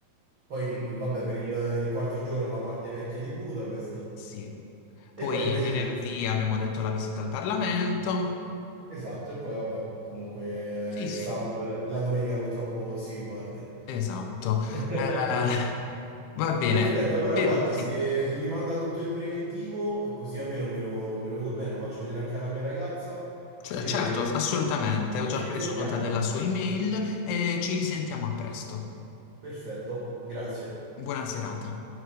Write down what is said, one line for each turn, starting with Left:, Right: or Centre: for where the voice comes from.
Right: Poi, il- il- vabbè, per il, il quarto giorno la parte vecchia di Budapest
Left: Sì. Poi
Right: e poi invece per
Left: venerdì
Right: il...
Left: abbiamo detto la visita al Parlamento.
Right: Esatto, e poi vabbè, comunque
Left: Sì,
Right: eh, il
Left: sì,
Right: sabato e la la domenica purtroppo si riparte.
Left: esatto.
Right: <laughs>
Left: Eh, va bene.
Right: Perfetto, allora
Left: Per-
Right: guardi,
Left: sì,
Right: se, se mi manda tutto il preventivo, così almeno me lo, me lo vedo bene, lo faccio vedere anche alla mia ragazza
Left: cioè,
Right: e
Left: certo, assolutamente. Ho
Right: e
Left: già
Right: ci
Left: preso
Right: risentiamo.
Left: nota della sua email e ci risentiamo a presto.
Right: Perfetto, grazie.
Left: Buona serata.